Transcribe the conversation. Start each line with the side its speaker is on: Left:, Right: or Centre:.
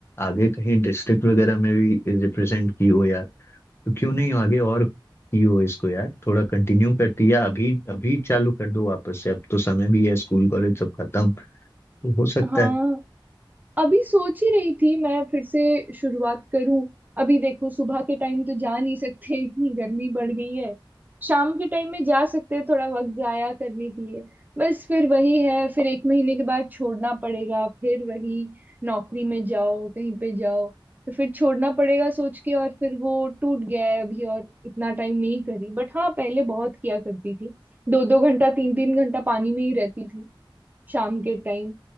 Left: आगे कहीं डिस्ट्रिक्ट वगैरह में भी रिप्रेजेंट की हो यार तो क्यों नहीं आगे और कियो इसको यार थोड़ा कंटिन्यू करती है अभी अभी चालू कर दो वापस से अब तो समय भी है स्कूल कॉलेज सब खत्म तो हो सकता
Right: हाँ
Left: है
Right: अभी सोच ही रही थी मैं फिर से शुरुआत करूं अभी देखो सुबह के टाइम तो जा नहीं सकते इतनी गर्मी बढ़ गई है शाम के टाइम में जा सकते हैं थोड़ा वक्त जाया करने के लिए बस फिर वही है फिर एक महीने के बाद छोड़ना पड़ेगा फिर वही नौकरी में जाओ कहीं पे जाओ तो फिर छोड़ना पड़ेगा सोच के और फिर वो टूट गया है अभी और इतना टाइम नहीं करी बट हाँ पहले बहुत किया करती थी दो दो घंटा तीन तीन घंटा पानी में ही रहती थी शाम के टाइम